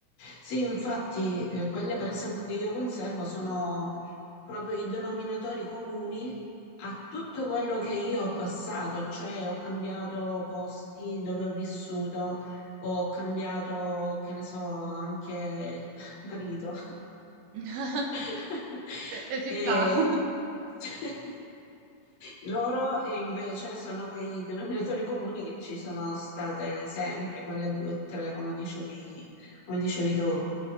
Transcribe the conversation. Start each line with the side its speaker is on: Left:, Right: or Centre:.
Left: Sì, infatti, eh, quelle per esempio che io conservo sono proprio i denominatori comuni a tutto quello che io ho passato, cioè ho cambiato posti dove ho vissuto, ho cambiato, che ne so, anche <laughs> marito.
Right: eh. <laughs>
Left: <laughs>
Right: E ci
Left: E
Right: sta. <laughs>
Left: <laughs> loro eh, invece sono quei denominatori comuni che ci sono state sempre, quelle due o tre, come dicevi, come dicevi tu.